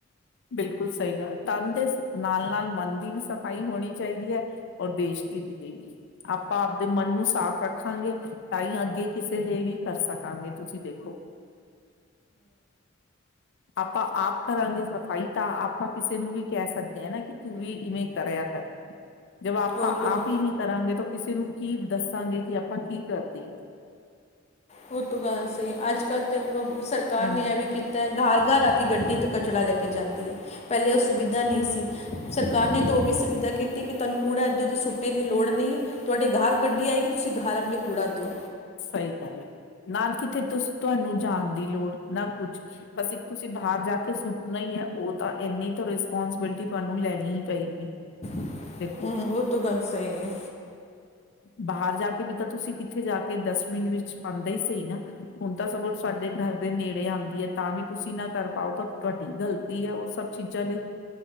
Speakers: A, on the left; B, on the left.
A: ਬਿਲਕੁਲ ਸਹੀ ਗੱਲ ਤਨ ਦੇ ਨਾਲ ਨਾਲ ਮਨ ਦੀ ਵੀ ਸਫ਼ਾਈ ਹੋਣੀ ਚਾਹੀਦੀ ਹੈ ਔਰ ਬੇਸ਼ਤੀ ਦੀ ਲਈ ਵੀ ਆਪਾਂ ਆਪਦੇ ਮਨ ਨੂੰ ਸਾਫ਼ ਰੱਖਾਂਗੇ ਤਾਂ ਹੀ ਅੱਗੇ ਕਿਸੇ ਲਈ ਵੀ ਕਰ ਸਕਾਂਗੇ ਤੁਸੀਂ ਦੇਖੋ ਆਪਾਂ ਆਪ ਕਰਾਂਗੇ ਸਫ਼ਾਈ ਤਾਂ ਆਪਾਂ ਕਿਸੇ ਨੂੰ ਵੀ ਕਹਿ ਸਕਦੇ ਹਾਂ ਨਾ ਕਿ ਤੂੰ ਵੀ ਇਵੇਂ ਕਰਿਆ ਕਰ। ਜਦ ਆਪਾਂ
B: ਉਹ ਤੋਂ
A: ਆਪ ਹੀ ਨਹੀ ਕਰਾਂਗੇ ਤੋ ਕਿਸੇ ਨੂੰ ਕੀ ਦੱਸਾਂਗੇ ਕਿ ਆਪਾਂ ਕੀ ਕਰਦੇ ਹਾਂ
B: ਉਹ ਤ ਗੱਲ ਸਹੀ ਅੱਜ ਕੱਲ ਤਾਂ ਸਰਕਾਰ ਨੇ
A: ਹਮ
B: ਇਹ ਵੀ ਕੀਤਾ ਘਰ ਘਰ ਆ ਕੇ ਗੱਡੀ ਤੋਂ ਕਚਰਾਾ ਲੈ ਕੇ ਜਾਂਦੀ ਹੈ ਪਹਿਲੇ ਉਹ ਸੁਵਿਧਾ ਨਹੀਂ ਸੀ ਸਰਕਾਰ ਨੇ ਤਾਂ ਉਹ ਵੀ ਸੁਵਿਧਾ ਕੀਤੀ ਕਿ ਤੁਹਾਨੂੰ ਕੂੜਾ ਇੱਦੋਂਦੇ ਸੁੱਟੇ ਦੀ ਲੋੜ ਨਹੀਂ ਤੁਹਾਡੇ ਘਾਹਰ ਗੱਡੀ ਆਏਗੀ ਤੁਸੀਂ ਘਾਹਰ ਆਪਣੀ ਕੂੜਾ ਦਿਓ
A: ਸਹੀ ਗੱਲ ਹੈ ਨਾ ਕਿਥੇ ਤੁ ਤੁਹਾਨੂੰ ਜਾਣ ਦੀ ਲੋੜ ਨਾ ਕੁਛ ਬਸ ਇੱਕ ਤੁਸੀਂ ਬਾਹਰ ਜਾ ਕੇ ਸੁੱਟਣਾ ਹੀ ਹੈ ਉਹ ਤਾਂ ਇੰਨੀ ਤਾਂ ਰਿਸਪੋਂਸੀਬਿਲਿਟੀ ਤੁਹਾਨੂੰ ਲੈਣੀ ਹੀ ਪਏਗੀ।
B: ਹੂੰ
A: ਦੇਖੋ
B: ਉਹ ਤੋਂ ਗੱਲ ਸੀ ਤੇ
A: ਬਾਹਰ ਜਾ ਕੇ ਵੀ ਤਾਂ ਤੁਸੀਂ ਕਿੱਥੇ ਜਾ ਕੇ ਡਸਟਬਿਨ ਵਿੱਚ ਪਾਉਂਦੇ ਹੀ ਸੀ ਨਾ ਹੁਣ ਤਾਂ ਸਗੋਂ ਤੁਹਾਡੇ ਘਰ ਦੇ ਨੇੜੇ ਆਉਂਦੀ ਹੈ ਤਾਂ ਵੀ ਤੁਸੀਂ ਨਾ ਕਰ ਪਾਓ ਤਾਂ ਤੁਹਾਡੀ ਗ਼ਲਤੀ ਹੈ ਉਹ ਸਭ ਚੀਜ਼ਾਂ ਲਈ,